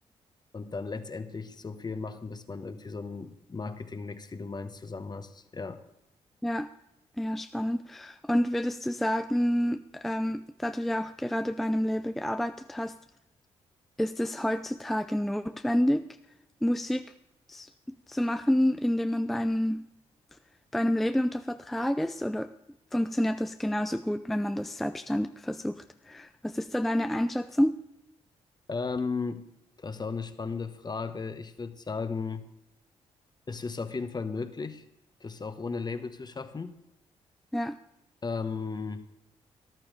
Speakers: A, on the left (about 30°); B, in the centre.
A: und dann letztendlich so viel machen, bis man irgendwie so einen Marketing-Mix, wie du meinst, zusammen hast. Ja.
B: Ja, ja, spannend. Und würdest du sagen, ähm, da du ja auch gerade bei einem Label gearbeitet hast, Ist es heutzutage notwendig, Musik z- zu machen, indem man bei einem, bei einem Label unter Vertrag ist? Oder funktioniert das genauso gut, wenn man das selbstständig versucht? Was ist da deine Einschätzung?
A: Ähm, das ist auch eine spannende Frage. Ich würde sagen, es ist auf jeden Fall möglich, das auch ohne Label zu schaffen.
B: Ja,
A: Ähm,